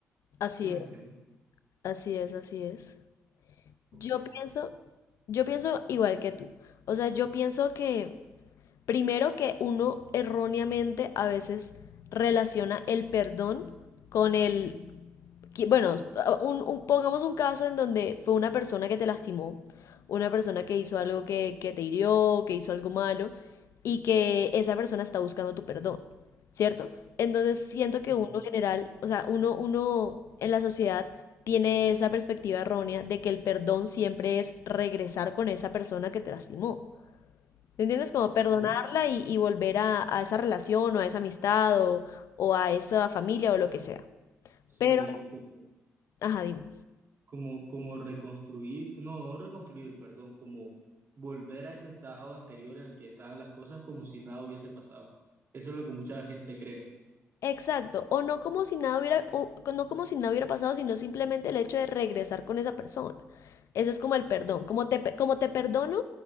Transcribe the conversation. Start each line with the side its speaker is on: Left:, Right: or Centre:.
Left: Así
Right: ¿Sí me
Left: es,
Right: entiendes?
Left: así es, así es.
Right: Ok,
Left: Yo pienso, yo pienso igual que tú. O sea, yo pienso que primero que uno erróneamente a veces relaciona el perdón con el qui- bueno, un- un- pongamos un caso en donde fue una persona que te lastimó, una persona que hizo algo que, que te hirió, que hizo algo malo, y que esa persona está buscando tu perdón, ¿cierto? Entonces siento que
Right: ok,
Left: uno general, o sea, uno, uno en la sociedad tiene esa perspectiva errónea de que el perdón siempre es regresar con esa persona que te lastimó. ¿Me entiendes? Como perdonarla
Right: sí,
Left: y, y volver a, a esa relación o a esa amistad o, o a esa familia o lo que sea.
Right: Sí,
Left: Pero,
Right: como,
Left: ajá, dime.
Right: como, como reconstruir, no, no reconstruir, perdón, como volver a ese estado anterior en el que estaban las cosas como si nada hubiese pasado. Eso es lo que mucha gente cree.
Left: Exacto, o no como si nada hubiera, o no como si nada hubiera pasado, sino simplemente el hecho de regresar con esa persona. Eso es como el perdón, como te, pe- como te perdono,